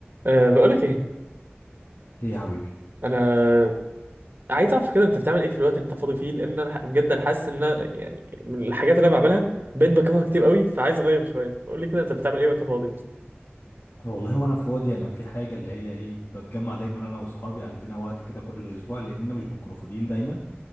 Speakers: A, on the right; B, on the left.
A: أه بقولك ايه
B: ايه يا حبيبي
A: انا عايز اعرف كده انت بتعمل ايه في الوقت اللي انت فاضي فيه لان انا ح- بجد انا حاسس ان أنا يعني من الحاجات اللي انا بعملها بقيت بكرهها كتير قوي فعايز اغير شويه فقول لي كده انت بتعمل ايه وانت فاضي بس
B: والله وانا فاضي انا في حاجه اللي هي ايه بتجمع دايما انا واصحابي عندنا وقت كده كل اسبوع لاننا مش بنكونوا فاضيين دايما